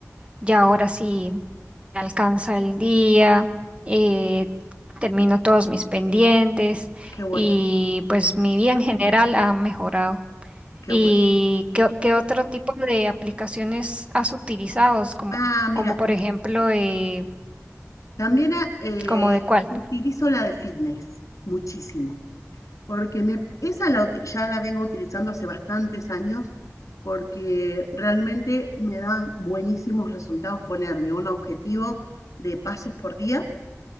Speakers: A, on the right; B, on the left.
A: ya ahora sí me alcanza el día, eh, termino todos mis pendientes
B: Qué bueno,
A: y pues mi vida en general ha mejorado.
B: qué
A: ¿Y
B: bueno.
A: qué, o- qué otro tipo de aplicaciones has utilizado? Como,
B: Ah, mira,
A: como por ejemplo, eh,
B: también ah, eh,
A: ¿Como de cuál?
B: utilizo la de fitness, muchísimo. Porque me, esa la ya la vengo utilizando hace bastantes años porque realmente me da buenísimos resultados ponerme un objetivo de pasos por día,